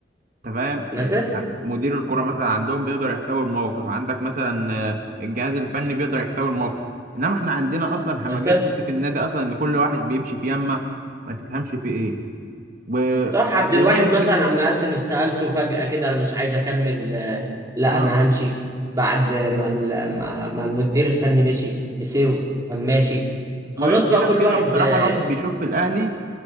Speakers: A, on the right; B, on the right.
A: تمام آه،
B: انا فاهم
A: يعني مدير الكرة مثلا عندهم بيقدر يحتوي الموقف عندك مثلا آه، الجهاز الفني بيقدر يحتوي الموقف انما احنا عندنا اصلا همجات
B: انا فاهم
A: تحس في النادي اصلا ان كل واحد بيمشي في يمه ما تفهمش في ايه و...
B: طه عبد
A: وغير
B: الواحد مثلا
A: ك...
B: عم يقدم استقالته فجاه كده انا مش عايز اكمل آه، لا
A: آه.
B: انا همشي بعد ما ال- ما ما المدير الفني مشي بسيره قام ماشي خلاص
A: وغير كده
B: بقى كل
A: وكده
B: واحد
A: بصراحة
B: آه،
A: الواحد بيشوف في الاهلي